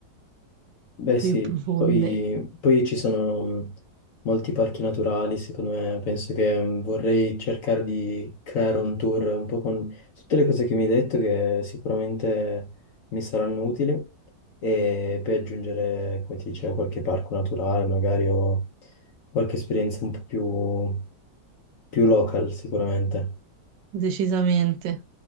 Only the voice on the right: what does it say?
più
profonde,
decisamente.